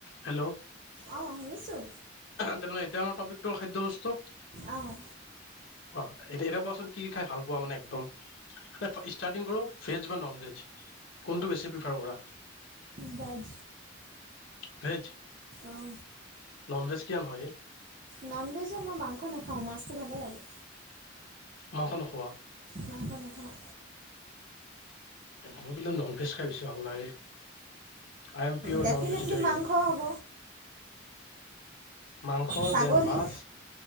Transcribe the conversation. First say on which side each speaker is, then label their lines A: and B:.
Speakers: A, on the left (about 80°); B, on the right (about 40°).
A: Hello অ,
B: অঁ শুনিছোঁ
A: তেনেহ'লে এতিয়া আমাৰ টপিকটো খাদ্যয় বস্তু। অ
B: অঁ
A: এ এনে কোৱাচোন কি কি খাই ভাল পোৱা মানে, একদম ষ্টাৰ্টিং কৰো ভেজ বা নন ভেজ, কোনটো বেছি প্ৰিফাৰ কৰা।
B: বাাজ।
A: সেইজ।
B: আহ।
A: নন ভেজকিয়ান হয়।
B: নন ভেজে ন মাংস নাখাও, মাছতটো ভালে লাগে।
A: মাংস নোখোৱা।
B: মাংস নেখাওঁ।
A: মই কিন্তু নন ভেজ খাই পছো ভাল লাগে I am pure
B: definitely
A: non vegetarian
B: মাংস হ'ব
A: মাংস
B: ছাগলী
A: দেন মাছ